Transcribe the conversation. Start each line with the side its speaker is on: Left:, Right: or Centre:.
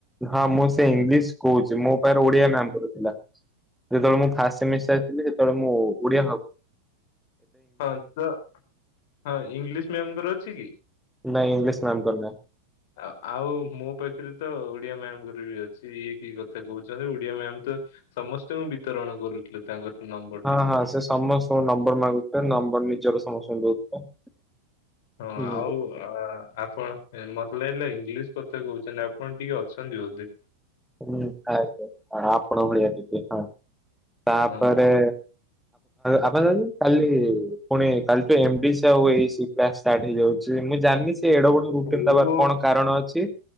Centre: ହଁ ମୁଁ ସେ ଇଂଲିଶ କହୁଚି ମୋ ପାଖରେ ଓଡିଆ ମ୍ୟାାମର ଥିଲା। ଯେତେବେଳେ ମୁଁ ଫାଷ୍ଟ ସେମିସି ଆସିଥିଲି ସେତେବେଳେ ମୁଁ ଓଡିଆ ହବ
Left: ହଁ ତ ହଁ ଇଂଲିଶ ମମଙ୍କର ଅଛି କି
Centre: ନାଇଁଇଂଲିଶ ମ୍ୟାାମ କର ନାହିଁ।
Left: ଁ <unintelligible> ଆ ଆଉ ମୋ ପାଖରେ ତ ଓଡିଆ ମ୍ୟାାମଙ୍କରେ ବି ଅଛି ଇଏ କି କଥା ହେ କହୁଛନ୍ତି ଓଡିଆ ମ୍ୟାାମ ତ। ସମସ୍ତଙ୍କୁ ବିତରଣ କରୁଥିଲେ ତାଙ୍କର। ନମ୍ବରଟି
Centre: ହଁ ହଁ ସେ ସମସ୍ତଙ୍କୁ ନମ୍ବର ମାଗୁଥିଲେ ନମ୍ବର ନିଜର ସମସ୍ତଙ୍କୁ ଦଉଥିଲେ।
Left: ହଁ
Centre: ହୁଁ
Left: ଆଉ। ଅ ଆପଣ ମତେ ଲାଗିଲା ଇଂଲିଶ୍ କଥା କହୁଛନ୍ତି ଆପଣ ଟିକେ ଅଛନ୍ତି ବୋଧେ।
Centre: ହୁଁ ଆଜ୍ଞା ଆପଣ ଭଳିଆ ଟିକେ ହଁ ତାପରେ
Left: ହଁ।
Centre: ଆପଣ <unintelligible> କାଲି ପୁଣି କାଲି ତୁ ଏମ ବି ସି ଆଉ A E C class start ହେଇଯାଉଚି ମୁଁ ଜାନି ସେ ଏଡ ବଡ଼ ରୁଟିନ
Left: ଓହୋ
Centre: ଦବାର କଣ କାରଣ ଅଛି